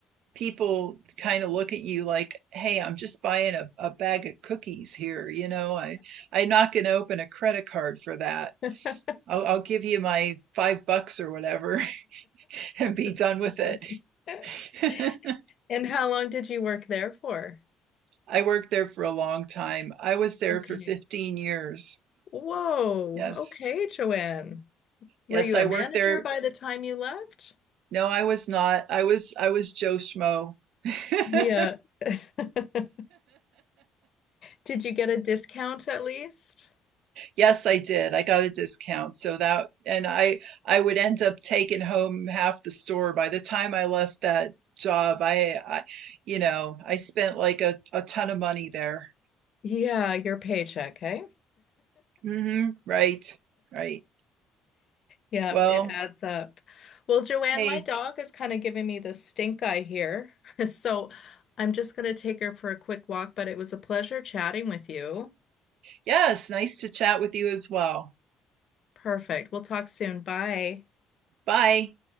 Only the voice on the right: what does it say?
people kind of look at you like, "Hey, I'm just buying a, a bag of cookies here. You know, I I'm not going to open a credit card for that.
I'll, I'll give you my five bucks or whatever <laughs> and be
done with
it."
<laughs>
I worked there for a long time. I was there
for 15 years.
Yes.
Yes,
I
worked
there.
No, I was not. I was I was Joe Schmo. <laughs>
Yes, I did. I got a discount. So that and I I would end up taking home half the store by the time I left that job. I, I you know, I spent like a, a ton of money there.
Mm-hmm. Right. Right.
Well,
hey,
yes, nice to chat with you as well.
Bye.